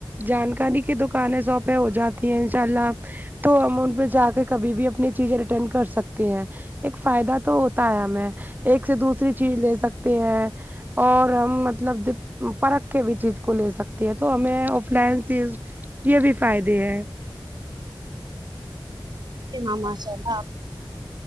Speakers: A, on the right; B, on the right.
A: جانکاری کی دکانیں ساپیں ہو جاتی ہیں ان شاء اللہ تو ہم ان پہ جا کے کبھی بھی اپنی چیزیں ریٹرن کر سکتے ہیں ایک فائدہ تو ہوتا ہے ہمیں ایک سے دوسری چیز لے سکتے ہیں اور ہم مطلب د پرکھ کے بھی چیز کو لے سکتے ہیں تو ہمیں آف لائن چیز یہ بھی فائدے ہیں
B: جی ہاں ماشاء اللہ